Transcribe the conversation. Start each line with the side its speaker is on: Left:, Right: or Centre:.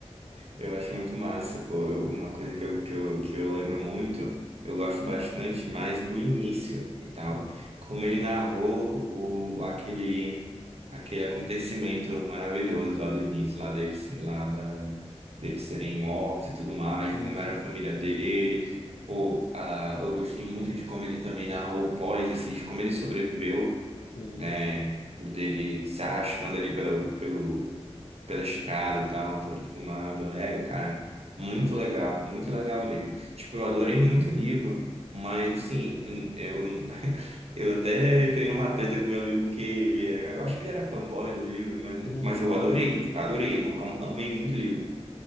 Right: Eu acho muito massa, pô.
Left: Sim,
Right: Eu- uma coisa que eu, que eu, que eu lembro muito, eu gosto bastante mais do início e tal.
Left: Hum.
Right: Como ele narrou o, aquele, aquele acontecimento maravilhoso lá do início, lá deles, lá da, deles serem mortos e tudo mais,
Left: Sim,
Right: como
Left: sim,
Right: era a família dele. Pô, a, eu gostei muito de como ele também narrou o pós, assim, de como ele sobreviveu,
Left: sim,
Right: né?
Left: sim.
Right: Dele se arrastando ali pelo, pelo pela estrada e tal, todo fumado. É, cara, muito legal, muito legal mesmo. Tipo, eu adorei muito o livro, mas assim, eu, <laughs> eu até entrei numa treta com meu amigo porque ele era, eu acho que ele era fanboy do livro, mas,
Left: Uhum.
Right: mas eu
Left: <laughs>
Right: adorei, adorei, am- am- amei muito o livro.